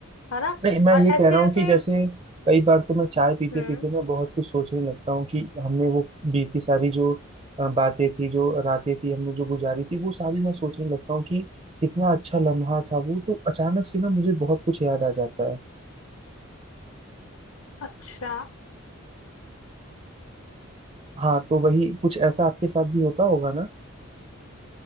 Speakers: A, on the left; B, on the right.
A: है ना
B: नहीं मैं
A: और
B: ये कह
A: ऐसे
B: रहा
A: जैसे
B: हूँ कि जैसे कई बार तो मैं चाय पीते
A: हम्म
B: पीते ना बहुत कुछ सोचने लगता हूँ कि हमने वो बीती सारी जो अ, बातें थी जो रातें थी हमने जो गुजारी थी वो सारी मैं सोचने लगता हूँ कि कितना अच्छा लम्हा था वो तो अचानक से ना मुझे बहुत कुछ याद आ जाता है
A: अच्छा
B: हाँ तो वही कुछ ऐसा आपके साथ भी होता होगा ना